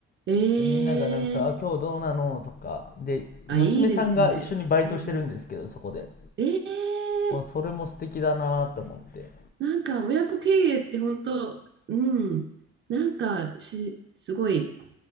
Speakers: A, on the right; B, on the left.
A: ええ
B: でみんながなんか、あ、今日どうなのとか、で、
A: あ、
B: 娘さんが一緒にバイトしてるんですけど、
A: いいですね。うんうん。
B: そこで。
A: ええ
B: まあ、それも素敵だなーって思って。
A: なんか親子経営って本当、うん。なんかし、すごい、